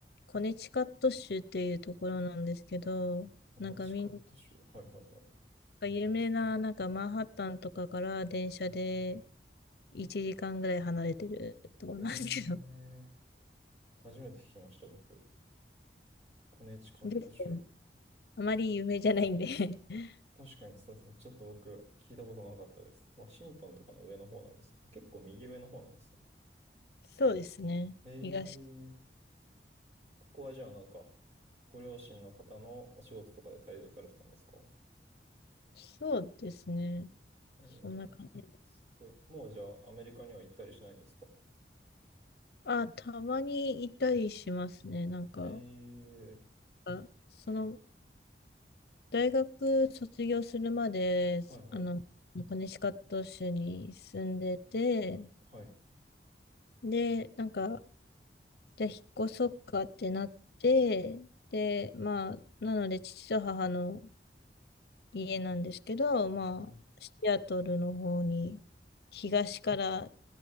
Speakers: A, on the left (about 65°); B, on the right (about 40°).
A: コネチカット州っていうところなんですけど、
B: コネチカット州。
A: なんかみんな
B: はいはいはい。
A: か有名な、なんかマンハッタンとかから電車で1時間ぐらい離れてるところなんですけど、
B: ええ、初めて聞きました、僕。コネチカット州。
A: であまり有名じゃないんで <laughs>
B: 確かにそうですね。ちょっと僕、聞いたことなかったです。ワシントンとかの上の方なんですね。あ、結構右上の方なんですね。
A: そうですね。
B: へえ。
A: 東、
B: ここはじゃあなんか、ご両親の方のお仕事とかで滞在されてたんですか
A: そうですね。
B: へえ、
A: そんな感じ。
B: すごい。もうじゃあアメリカには行ったりしないんですか
A: あ、たまにいたりしますね。なんか、
B: へえ、
A: あその、大学卒業するまで、
B: はいはい、
A: あの、コネチカット州に住んでて、
B: はい、
A: で、なんか、じゃあ引っ越そっかってなって、で、まあ、なので父と母の家なんですけど、まあ、
B: はい。
A: シアトルの方に、東から